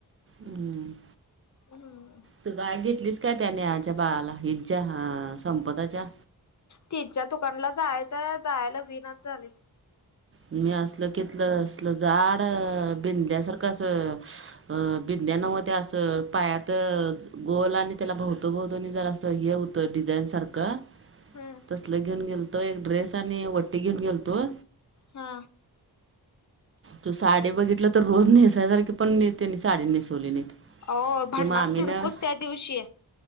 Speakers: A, on the right; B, on the left.
A: हम्म.
B: हम्म.
A: तू <unintelligible> घेतलीस काय त्या नेहाच्या बाळाला हिच्या संपदाच्या?
B: तिच्या दुकानला जायचंय जायला हुईनाच झालंय.
A: मी असलं घेतलं असलं जाड बिंदल्यासारखं असं बिंदल्या न्हव ते असं पायात गोल आणि त्याला भोवतभोवतनी जरास हे हुतं डिझाईनसारखं.
B: हम्म
A: तसलं घेऊन गेलतो. एक ड्रेस आणि वटी घेऊन गेलतो.
B: हा.
A: तु साडी बघितलं तर रोज नेसायसारखी पण त्यांनी साडी नेसवली नाहीत.
B: अहो भांडणाच
A: ते मामीनं
B: धुडकूस त्यादिवशी.